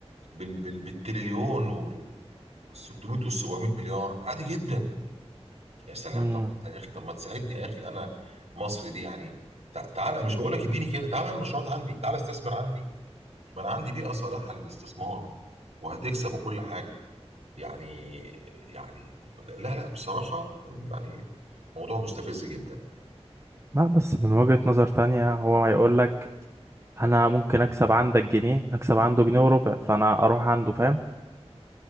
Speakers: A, on the right; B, on the right.
A: بال... بال... بالتريليون وال 600 وال 700 مليار عادي جدا يا سلام
B: امم
A: طب انت يا اخي طب ما تساعدني يا اخي انا مصر دي يعني تع- تعالى مش بقول لك اديني كده تعالى على المشروعات عندي تعالى استثمر عندي ما انا عندي بيئه صالحه للاستثمار وهتكسب وكل حاجه يعني يعني لا لا بصراحه يعني موضوع مستفز جدا
B: لا بس من وجهة نظر تانية هو هيقول لك انا ممكن اكسب عندك جنيه اكسب عنده جنيه وربع فانا اروح عنده فاهم